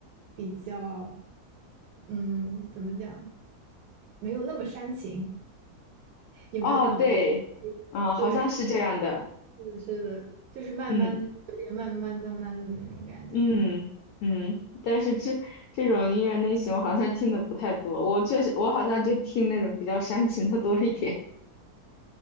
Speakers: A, on the right; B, on the left.
A: 比较，嗯，怎么讲，没有那么煽情，也没有那么悲，
B: 哦，对，嗯，
A: 对，
B: 好像是这样的。
A: 是的，是的，就是慢慢，
B: 嗯。
A: 有点慢慢慢慢的那种感觉。
B: 嗯嗯，但是这这种音乐类型我好像听的不太多，我确实我好像就听那种比较煽情的多一点。